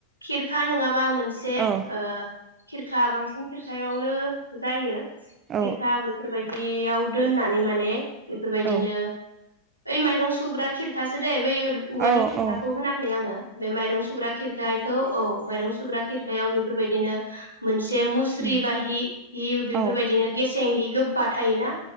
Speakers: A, on the right (about 85°); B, on the right (about 30°).
A: खिर खा नङा बा मोनसे
B: औ औ
A: ओ खिरखा बांसिन खिरखायावनो जायो
B: औ
A: खिरखा बेफोर बायदि एआव दोनना ऐ माने बेफोरबायदिनो
B: औ
A: ओइ माइरं सुग्रा खिरखासो जे बै औवानि
B: औ
A: खिरखाखौ
B: औ
A: होनाखै आङो बे माइरं सुग्रा खिरखा इखौ औ माइरं सुग्रा खिरखायाव बेफोरबायदिनो मोन से मुस्रि
B: उम
A: बा हि हि बेफोरबायदिनो
B: औ
A: गेसें हि गोबा थायोना